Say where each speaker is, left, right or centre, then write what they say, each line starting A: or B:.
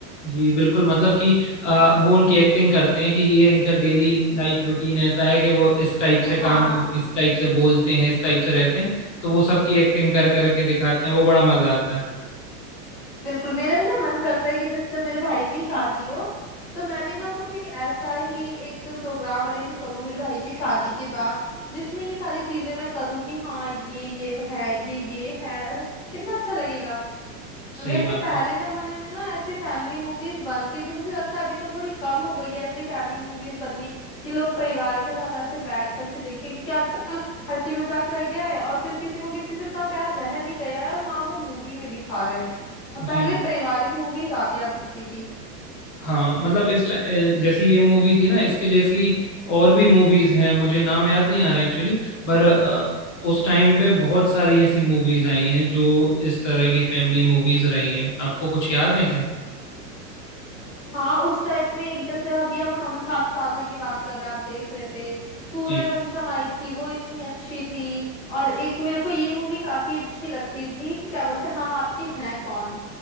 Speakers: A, on the left; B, on the left.
A: जी बिल्कुल मतलब कि आ, वो उनकी एक्टिंग करते हैं कि ये इनका डेली लाइफ रूटीन ऐसा है कि वो इस टाइप से काम
B: हाँ
A: करते हैं इस टाइप से बोलते हैं इस टाइप से रहते हैं तो वो सबकी एक्टिंग कर करके दिखाते हैं वो बड़ा मजा आता है
B: बिल्कुल मेरा भी ना मन करता है कि जैसे मेरे भाई की शादी हो तो मैं भी ना कुछ एक ऐसा ही एक प्रोग्राम अरेंज करूँ मेरे भाई की शादी के बाद जिसमें ये सारी चीजें मैं करूँ कि हाँ ये ये है ये ये है ऐसा कितना अच्छा लगेगा
A: सही
B: वैसे
A: बात
B: पहले
A: है
B: जमाने में ना ऐसी फैमिली मूवीज बनती थी मुझे लगता है अभी तो थोड़ी कम हो गई है ऐसी फैमिली मूवीज बननी कि लोग परिवार के साथ ऐसे बैठ करके देखें क्योंकि आजकल हंसी मजाक रह गया है और फिर किसी को किसी से इतना प्यार रह नहीं गया है और ना वो मूवी में दिखा रहे हैं अब
A: जी
B: पहले पारिवारिक मूवी ज्यादा दिखती थी
A: हाँ मतलब इस ट- अ, जैसी ये मूवी थी ना इसके जैसी और भी मूवीज हैं मुझे नाम याद नहीं आ रहा एक्चुअली पर अ, उस टाइम पे बहुत सारी ऐसी मूवीज आई हैं जो इस तरह की फैमिली मूवीज रही हैं आपको कुछ याद है क्या
B: हाँ उस टाइप में एक जैसे अभी हम हम साथ साथ है की बात कर रहे हैं आप देख रहे थे सूर्यवंशम
A: जी
B: आई थी वो इतनी अच्छी थी और एक मेरे को ये मूवी काफी अच्छी लगती थी कि क्या बोलते हैं हम आपके हैं कौन